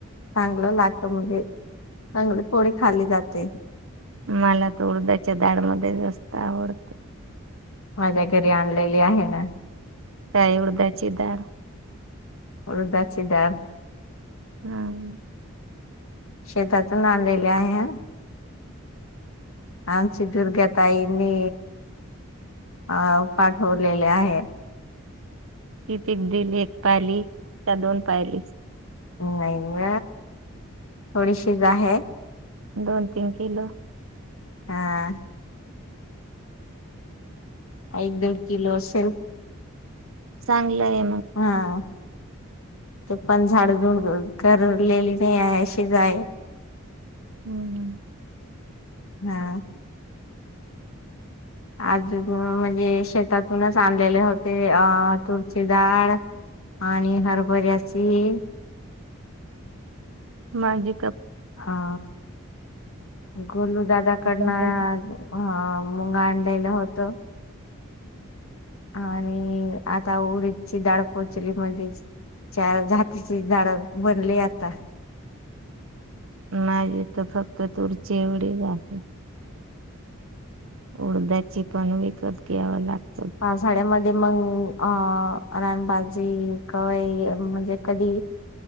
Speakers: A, on the left; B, on the right.
A: चांगलं लागत मुजे चांगली पोळी खाली जाते.
B: मला तर उडदाच्या डाळमध्ये जास्त आवडत.
A: माझ्या घरी आणलेली आहे ना.
B: काय उडदाची डाळ?
A: उडदाची डाळ
B: हम्म.
A: शेतातून आनलेली आहे. आमची दुर्ग्या ताईंनी अ पाठवलेले आहे.
B: कीतीक दिली एक पायली का दोन पायलीस.
A: नाही व थोडीशीज आहे.
B: दोन तीन किलो
A: हा एक दीड किलो असेल.
B: चांगलंय.
A: हा ते पण झाड कर कापलेली नाही आहे शीजाय <inaudible>
B: हम
A: हा अजून म्हणजे शेतातूनच आणलेले होते अं तुरचीडाळ आणि हरभऱ्याची
B: माजी
A: हा गोलू दादाकडनं
B: आहे
A: ह मुंग आणलेलं होतं. आणि आता उडीदची डाळ पोहोचली म्हणजे चार जातीची डाळ बनली आता.
B: नाही तर फक्त तुरची एवढीच आहे. उडद्याची पण विकत घ्याव लाग
A: पावसाळ्यामध्ये मंग अ रानबा ती काय म्हणजे कधी